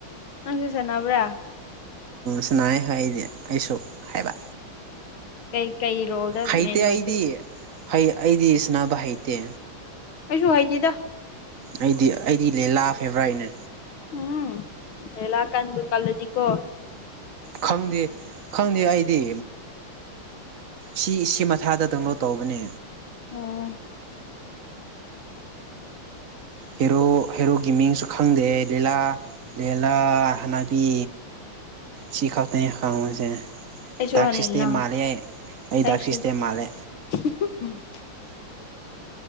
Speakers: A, on the left; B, on the right.
A: ꯑꯪ ꯆꯁꯦ ꯅꯕ꯭ꯔꯥ
B: ꯁꯤꯅ ꯍꯥꯏ ꯑꯩꯗꯤ ꯑꯩꯁꯨ ꯍꯥꯏꯕ
A: ꯀꯩ ꯀꯩ ꯔꯣꯜꯗ
B: ꯍꯩꯇꯦ
A: ꯃꯦꯟ ꯑꯣꯏꯒꯦ
B: ꯑꯩꯗꯤ ꯑꯩꯗꯤ ꯁꯅꯕ ꯍꯩꯇꯦ
A: ꯀꯩꯁꯨ ꯍꯥꯏꯈꯤꯦꯗ
B: ꯑꯩꯗꯤ ꯑꯩꯗꯤ ꯂꯤꯦꯂꯥ ꯐꯦꯕ꯭ꯔꯥꯏꯠꯅꯦ
A: ꯎꯝ ꯑꯦꯂ ꯀꯟ ꯀꯜꯗꯤꯀꯣ
B: ꯈꯪꯗꯦ ꯈꯪꯗꯦ ꯑꯩꯗꯤ ꯁꯤ ꯁꯤ ꯃꯊꯥꯗ ꯗꯪꯅꯣꯠ ꯇꯧꯕꯅꯦ
A: ꯎꯝ
B: ꯍꯦꯔꯣ ꯍꯦꯔꯣꯒꯤ ꯃꯤꯡꯁꯨ ꯈꯪꯗꯦ ꯂꯤꯂꯥ ꯂꯦꯂ ꯍꯅꯥꯕꯤ ꯁꯤ ꯈꯞꯇꯩ ꯍ ꯃꯅꯨꯡꯁꯦ
A: ꯑꯩꯁꯨ
B: ꯗꯥꯛ
A: ꯍꯟꯅ
B: ꯁꯤꯁꯇꯦꯝ ꯃꯥꯜꯂꯦ ꯑꯩ ꯑꯩ
A: ꯑꯩꯁꯨ
B: ꯗꯥꯛ ꯁꯤꯁꯇꯦꯝ ꯃꯥꯜꯂꯦ
A: <inaudible>